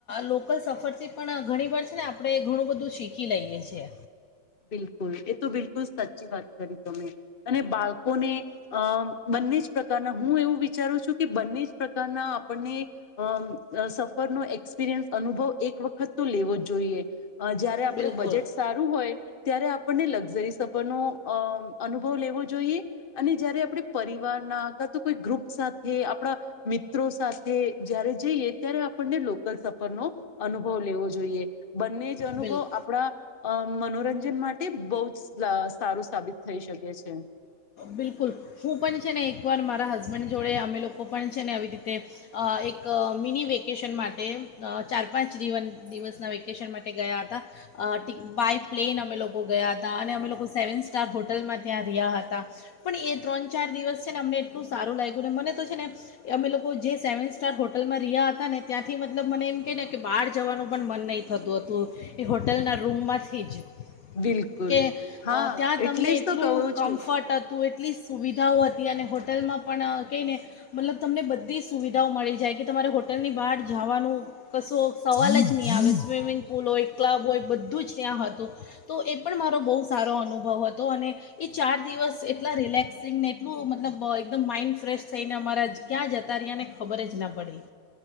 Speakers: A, on the left (about 60°); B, on the left (about 35°).
A: લોકલ સફરથી પણ ઘણી વાર છે ને, આપણે ઘણું બધું શીખી લઈએ છીએ.
B: બિલકુલ, એ તો બિલકુલ સાચી વાત કરી તમે, અને બાળકોને અ બંને જ પ્રકારના, હું એવું વિચારું છું કે, બંને જ પ્રકારના આપણને અમ, સફરનો એક્સપિરિયન્સ અનુભવ એક વખત તો લેવો જ જોઈએ. અ, જયારે આપડે
A: બિલકુલ
B: બજેટ સારું હોય ત્યારે આપણને લક્ઝરી સફરનો અ અનુભવ લેવો જોઈએ. અને જયારે આપણે પરિવારના કા તો કોઈ ગ્રુપ સાથે આપણા મિત્રો, સાથે જ્યારે જઈએ, ત્યારે આપણને લોકલ. અનુભવ લેવો જોઈએ, બંને જ અનુભવ
A: બિલકુલ
B: આપણા મનોરંજન. માટે બહુ જ સારું સાબિત થઈ શકે છે.
A: બિલકુલ, હું પણ છે ને એકવાર મારા હસબન્ડ જોડે અમે લોકો પણ છે ને, આવી રીતે એક મિની વેકેશન માટે ચાર-પાંચ દિવસના વેકેશન માટે ગયા હતા. બાય પ્લેન અમે લોકો ગયા હતા. અને અમે લોકો સેવન સ્ટાર હોટલમાં ત્યાં રહ્યા હતા. પણ એ ત્રણ-ચાર દિવસ છે ને, અમને એટલું સારું લાગ્યું ને, મને તો છે ને. અમે લોકો જે સેવન સ્ટાર હોટલમાં રહ્યા હતા ને, ત્યાંથી મતલબ, મને એમ કે ને કે, બહાર જવાનું પણ મન નહીં થતું હતું, એ હોટલના રૂમમાંથી જ
B: બિલકુલ
A: કે
B: હા
A: ત્યાં તમને
B: એટલે જ
A: એટલું
B: તો કહું
A: કમ્ફર્ટ.
B: છું
A: તો એટલી સુવિધાઓ હતી, અને હોટલમાં પણ કંઈને મતલબ, તમને બધી સુવિધાઓ મળી જાય કે, તમારે હોટલની બહાર જવાનું. કશો સવાલ જ નહીં આવે, સ્વિમિંગ પુલ હોય, ક્લબ હોય, બધું જ ત્યાં હતું. તો એ પણ મારો બહુ સારો અનુભવ હતો. અને એ ચાર દિવસ એટલા રિલેક્સિંગને એટલું મતલબ એકદમ માઇન્ડ ફ્રેશ થઈને અમારા ક્યાં, જતા રહ્યાને ખબર જ ના પડી